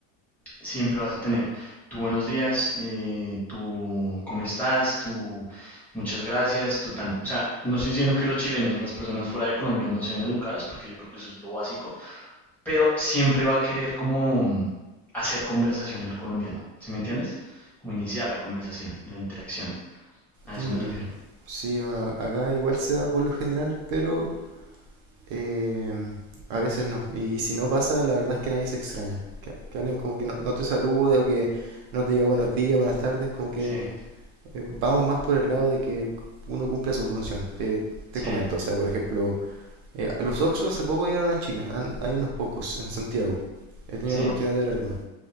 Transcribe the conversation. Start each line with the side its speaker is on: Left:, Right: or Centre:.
Centre: siempre vas a tener tu buenos días, eh, tu cómo estás, tu muchas gracias, tu tan. O sea, no estoy diciendo que los chilenos o las personas fuera de Colombia no sean educadas, porque yo creo que eso es lo básico pero siempre va a querer como hacer conversación el colombiano, ¿sí me entiendes? Como iniciar la conversación, la interacción, a
Right: Mm,
Centre: eso me refiero.
Right: sí, bueno, acá igual se da por lo general, pero eh, a veces no. Y si no pasa, la verdad es que nadie se extraña. Que, que alguien como que no, no te salude o que no te diga buenos días, buenas tardes, como que
Centre: Sí,
Right: eh, vamos más por el lado de que uno cumpla su función. Te, te
Centre: sí,
Right: comento, o sea, por ejemplo, Eh, los oxxos hace poco llegaron a Chile, han- hay unos pocos en Santiago. He tenido
Centre: sí,
Right: la oportunidad de ver algunos.